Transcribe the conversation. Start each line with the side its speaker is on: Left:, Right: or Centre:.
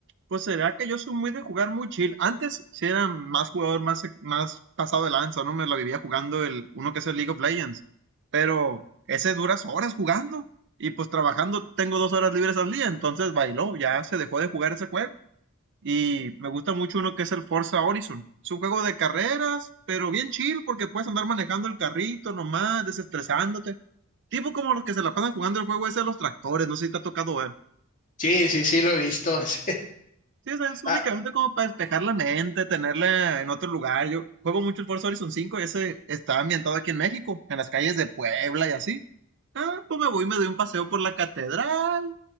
Right: Pues será que yo soy muy de jugar muy chill. Antes sí era más jugador, más, e-, más pasado de lanza, ¿no? Me la vivía jugando el, uno que es el League of Legends. Pero ese duras horas jugando. Y pues trabajando tengo dos horas libres al día, entonces bailó, ya se dejó de jugar ese juego. Y me gusta mucho uno que es el Forza Horizon. Es un juego de carreras, pero bien chill porque puedes andar manejando el carrito nomás, desestresándote. Tipo como los que se la pasan jugando el juego ese de los tractores, no sé si te ha tocado ver.
Left: Sí, sí, sí, lo he visto. <laughs> ese.
Right: Sí, o sea, es únicamente
Left: Ah,
Right: como para despejar la mente, tenerla en otro lugar. Yo juego mucho el Forza Horizon 5 ese está ambientado aquí en México, en las calles de Puebla y así. Ah, pues me voy y me doy un paseo por la catedral.